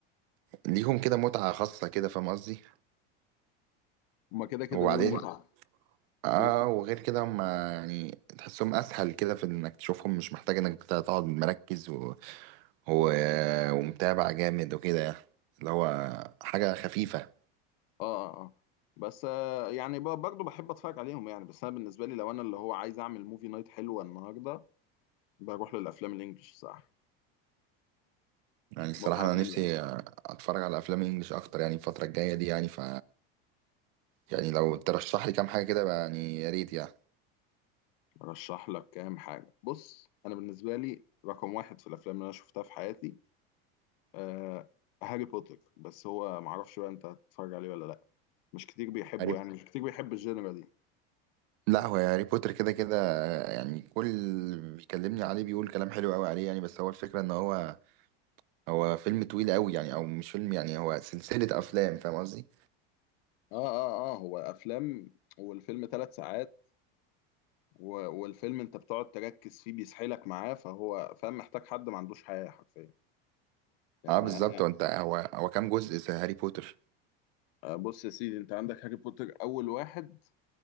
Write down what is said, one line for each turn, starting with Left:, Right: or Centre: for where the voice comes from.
Right: ليهم كده متعه خاصه كده فاهم قصدي
Left: هما كده كده
Right: وبعدين
Left: اليوم متعة
Right: اه
Left: كده
Right: وغير كده هم يعني تحسهم اسهل كده في انك تشوفهم مش محتاج انك تقعد مركز و... و... ومتابع جامد وكده يعني. اللي هو حاجة خفيفة
Left: اه اه آه. بس آه، يعني ب- برضه بحب اتفرج عليهم يعني بس انا بالنسبه لي لو انا اللي هو عايز اعمل موفي نايت حلوه النهارده بروح للافلام الانجليش صح
Right: يعني الصراحة
Left: متعه
Right: انا
Left: تانية
Right: نفسي
Left: يعني
Right: اتفرج على افلام انجليش اكتر يعني الفترة الجاية دي يعني ف يعني لو ترشح لي كام حاجة كده بقى يعني يا ريت يعني
Left: ارشح لك كام حاجه بص انا بالنسبه لي رقم واحد في الافلام اللي انا شفتها في حياتي آه هاري بوتر بس هو معرفش بقى انت هتتفرج عليه ولا لا مش كتير بيحبه
Right: هاري
Left: يعني مش كتير بيحب الجينرا دي
Right: لا هو هاري بوتر كده كده يعني كل اللي بيكلمني عليه بيقول كلام حلو قوي عليه يعني بس هو الفكرة ان هو هو فيلم طويل قوي يعني او مش فيلم يعني هو سلسلة افلام فاهم قصدي
Left: اه اه اه هو افلام والفيلم ثلاث ساعات و- والفيلم انت بتقعد تركز فيه بيسحلك معاه فهو فاهم محتاج حد ما عندوش حياه حرفيا يعني
Right: اه بالظبط
Left: انا
Right: هو انت هو هو كام جزء في هاري بوتر
Left: آه، بص يا سيدي انت عندك هاري بوتر اول واحد